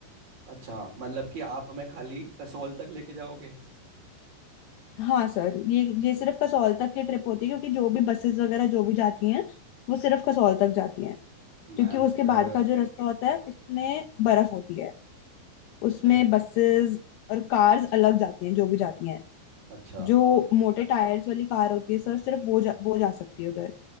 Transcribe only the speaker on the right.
अच्छा मतलब कि आप हमें खाली कसोल तक लेके जाओगे
मैम फिर
पे
अच्छा